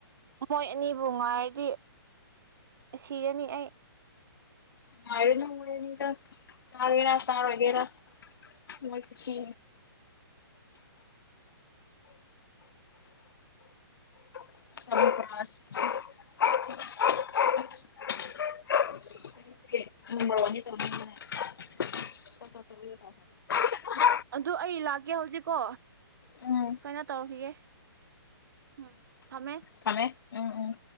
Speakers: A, on the right; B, on the left.
A: ꯃꯣꯏ ꯑꯅꯤꯕꯨ ꯉꯥꯏꯔꯗꯤ ꯁꯤꯔꯅꯤ ꯑꯩ
B: ꯉꯥꯏꯔꯅꯨ ꯃꯣꯏ ꯑꯅꯤꯗꯣ ꯆꯒꯦꯔ ꯆꯔꯣꯏꯒꯦꯔ ꯃꯣꯏ ꯁꯤ ꯁꯝꯄꯥ ꯁꯤꯡ ꯁꯦ,,,,,, ꯑꯩꯁꯦ ꯅꯪꯒꯤ ꯋꯥꯅꯤ ꯇꯧꯔꯝꯃꯅꯦ ꯍꯥꯥ ꯍꯥ
A: ꯑꯗꯨ ꯑꯩ ꯂꯥꯛꯀꯦ ꯍꯧꯖꯤꯛꯀꯣ
B: ꯎꯝ
A: ꯀꯩꯅꯣ ꯇꯧꯔꯈꯤꯒꯦ ꯎꯝ ꯊꯝꯃꯦ
B: ꯊꯝꯃꯦ ꯎꯝ ꯎꯝ